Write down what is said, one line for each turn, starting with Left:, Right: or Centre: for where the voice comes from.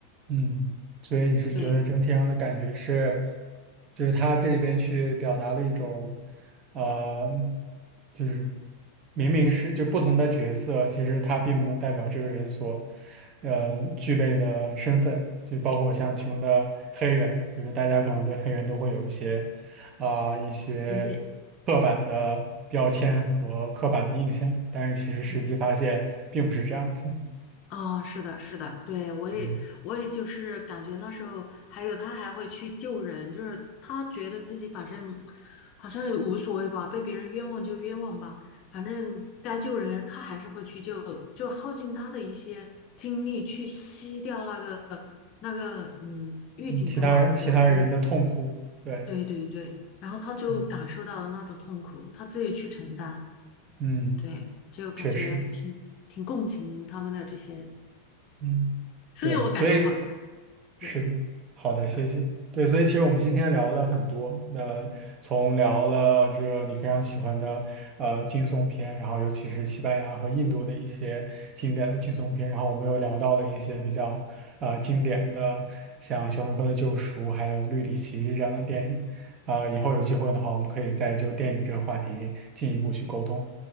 Right: 嗯，所以你是觉得整体上的感觉是，
Left: 对
Right: 就是他这里边去表达了一种，呃，就是明明是就不同的角色，其实他并不能代表这个人所，呃，具备的身份，就包括像其中的黑人，就是大家可能对黑人都会有一些，啊、一些刻板的标签和刻板的印象，
Left: 边界，
Right: 但是其实实际发现并不是这样子。
Left: 对，啊，是的，是的，对，我也，
Right: 嗯。
Left: 我也就是感觉那时候，还有他还会去救人，就是他觉得自己反正好像也无所谓吧，被别人冤枉就冤枉吧，反正该救人他还是会去救，就耗尽他的一些精力去吸掉那个那个嗯狱警的老婆的一些，
Right: 嗯其他人其他人的痛苦，对，
Left: 对对对，然后他就感受到了那种痛苦，
Right: 嗯
Left: 他自己去承担，
Right: 嗯，
Left: 对，就感觉挺挺共情他们的这些。
Right: 确实，嗯，
Left: 所以我感觉好看。
Right: 对，所以是的，
Left: 对，
Right: 好的，谢谢。
Left: 嗯，
Right: 对，所以其实我们今天聊了很多，呃，从聊了这个你非常喜欢的呃惊悚片，然后尤其是西班牙和印度的一些经典的惊悚片，然后我们又聊到了一些比较呃经典的，像《肖申克的救赎》还有《绿里奇迹》这样的电影。啊、以后有机会的话，我们可以再就电影这个话题进一步去沟通。